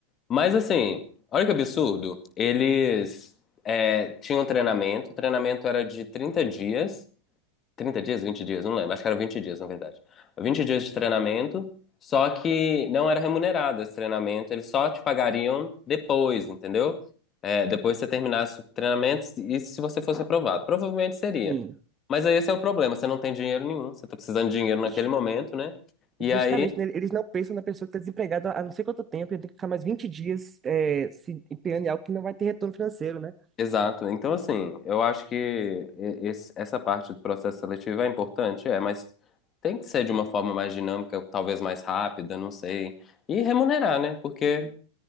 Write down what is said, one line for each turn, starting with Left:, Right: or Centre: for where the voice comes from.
Left: mas assim, olha que absurdo. Eles é, tinham treinamento, o treinamento era de trinta dias 30 dias, 20 dias, não lembro. Acho que eram 20 dias, na verdade. vinte dias de treinamento, só que não era remunerado esse treinamento, eles só te pagariam depois, entendeu? É, depois que você terminasse o treinamento e se você fosse aprovado. Provavelmente seria.
Right: Hum.
Left: Mas aí esse é o problema, você não tem dinheiro nenhum, você tá precisando de dinheiro naquele
Right: Ju-
Left: momento, né? E
Right: Justamente,
Left: aí
Right: né, eles não pensam na pessoa que está desempregada há não sei quanto tempo, e tem que ficar mais 20 dias é, se empenhando em algo que não vai ter retorno financeiro, né?
Left: Exato. Então, assim, eu acho que e- esse- essa parte do processo seletivo é importante, é, mas tem que ser de uma forma mais dinâmica, talvez mais rápida, não sei. E remunerar, né? Porque